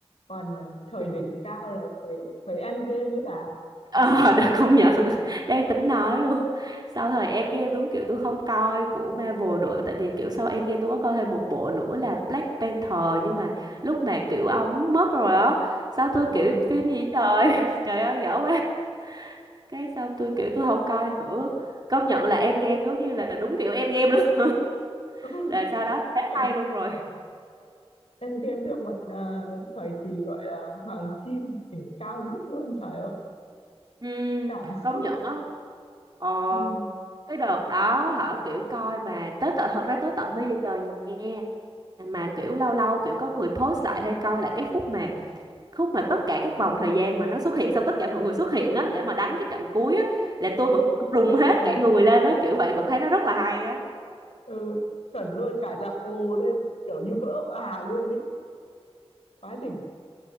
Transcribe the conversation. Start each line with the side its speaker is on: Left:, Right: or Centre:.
Left: Còn ờ, thời
Right: ừ,
Left: đỉnh
Right: ừ.
Left: cao là thời thời Endgame với bà. Nó
Right: Ờ,
Left: có
Right: <laughs> được công nhận. <laughs> Đang tính nói luôn. Sau thời Endgame đúng kiểu tôi không coi của Marvel nữa. Tại vì kiểu sau Endgame tôi có coi thêm một bộ nữa là Black Panther. Nhưng mà lúc mà kiểu ông mất rồi á. Sao tôi
Left: ừ.
Right: kiểu phim gì trời. <laughs> Trời ơi dở quá. Cái xong tôi kiểu tôi không coi nữa. Công nhận là Endgame giống như là đúng kiểu Endgame luôn. <laughs>
Left: <laughs>
Right: Là sau đó thế
Left: Thật,
Right: hay luôn rồi.
Left: Endgame theo một ờ, thời kỳ gọi là hoàng kim đỉnh cao nhất luôn, trời ơi,
Right: Ừ,
Left: cảm xúc.
Right: công nhận á. Ờ,
Left: Ừ.
Right: cái đợt đó hả kiểu coi mà tới tận thật ra tới tận bây giờ nha mà kiểu lâu lâu kiểu có người post lại hay coi lại cái khúc mà khúc mà tất cả các vòng thời gian mà nó xuất hiện xong tất cả mọi người xuất hiện á để mà đánh cái trận cuối á là tôi vẫn rùng
Left: Ừ.
Right: hết cả người lên á kiểu vậy vẫn thấy nó rất là hay á
Left: ừ, chuẩn luôn cả dạp ồ lên kiểu như vỡ òa luôn ấy quá đỉnh